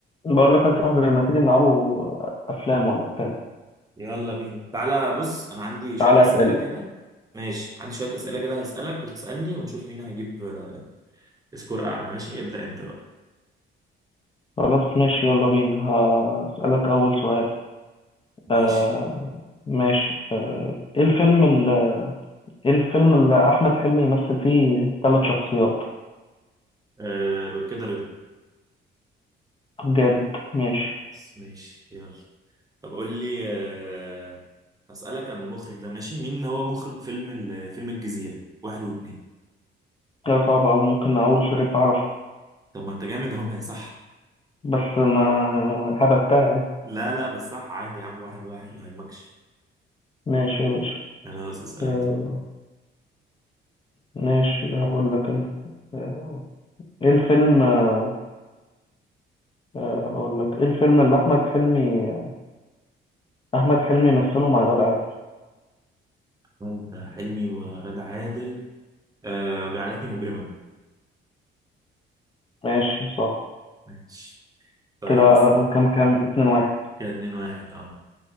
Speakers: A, on the left; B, on the right.
A: بقول لك يا صاحبي لما تيجي نلعبوا افلام ولا بتاع
B: يلا بينا تعالى بص انا عندي شوية
A: تعالى
B: أسئلة
A: اسئله
B: كده ماشي عندي شوية أسئلة كده هسألك وتسألني ونشوف مين هيجيب آه، سكور اعلى ماشي ابدأ انت بقى
A: خلاص ماشي يلا بينا هسالك اول سؤال
B: ماشي
A: آه ماشي آه ايه الفيلم اللي ايه الفيلم اللي احمد حلمي يمثل فيه ثلاث شخصيات
B: أه كده رضا
A: طب جامد ماشي
B: خلاص ماشي يلا طب قول لي أه هسألك عن المخرج ده ماشي مين هو مخرج فيلم ال- فيلم الجزيرة واحد واتنين
A: لا صعبه او ممكن اقول شريف عرفة
B: طب ما انت جامد اهو ما هي صح
A: بس ما هبتها يعني
B: لا لا بس صح عادي يا عم واحد واحد ما يهمكش
A: ماشي يا باشا
B: خلاص اسأل
A: آه
B: انت بقى
A: ماشي هقول لك انا آه ايه الفيلم آه آه، هقول لك ايه الفيلم اللي احمد حلمي احمد حلمي مثله مع غادة عادل
B: انت حلمي وغادة عادل أه جعلتني مجرما
A: ماشي صح
B: ماشي طيب
A: كده
B: بس
A: كام كام اتنين واحد
B: كده اتنين واحد اه